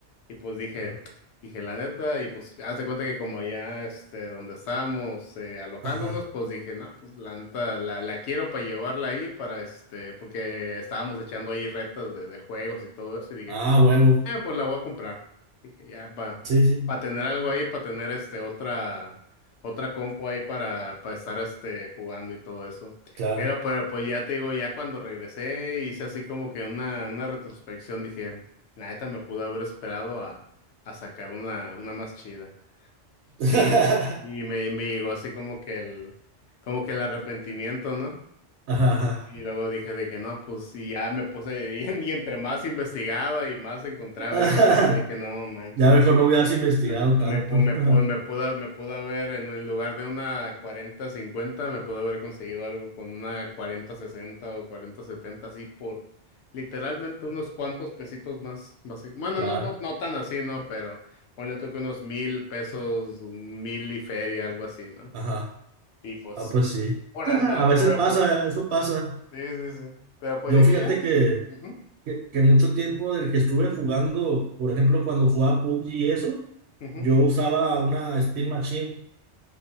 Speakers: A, on the left; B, on the right.
A: Y pues dije,
B: Claro.
A: dije, la neta, y pues haz de cuenta que como allá, este, donde estábamos eh, alojándonos,
B: Ajá.
A: pues dije, no, pues la neta, la, la quiero para llevarla ahí, para este, porque estábamos echando ahí retas de, de juegos y todo eso, y dije,
B: Ah, huevo.
A: Ah, pues la voy a comprar. Dije, ya, para
B: Sí, sí,
A: tener algo ahí, para tener este otra, otra compu ahí para, para estar este jugando y todo eso.
B: claro.
A: Pero, pero pues ya te digo, ya cuando regresé, hice así como que una, una retrospección, dije, la neta me pudo haber esperado a, a sacar una, una más chida.
B: <laughs>
A: Y, y me, me llegó así como que el, como que el arrepentimiento, ¿no?
B: Ajá, ajá.
A: Y luego dije de que no, pues y ya me puse, <laughs> y, en- y entre más investigaba y más encontraba,
B: Ajá.
A: y dije, no, dije, no, manches,
B: Ya mejor
A: y-
B: no hubieras investigado
A: no,
B: tanto.
A: me, pu- me,
B: <laughs>
A: pu- me pudo, me pudo haber, en, en lugar de una cuarenta cincuenta me pudo haber conseguido algo con una cuarenta sesenta o cuarenta setenta así por literalmente unos cuantos pesitos más, basi- Bueno,
B: Claro.
A: no, no, no tan así, ¿no? Pero ponle tú que unos mil pesos, un mil y feria, algo así, ¿no?
B: Ajá.
A: Y pues,
B: Ah, pues sí.
A: por
B: <laughs> A
A: andar,
B: veces
A: por,
B: pasa,
A: por
B: eso pasa.
A: Sí, sí, sí. Pero pues
B: Yo
A: dije,
B: fíjate
A: ya.
B: que,
A: Ujú,
B: que, que mucho tiempo del que estuve jugando, por ejemplo, cuando jugaba PUBG y eso,
A: ujú.
B: yo usaba una Steam Machine,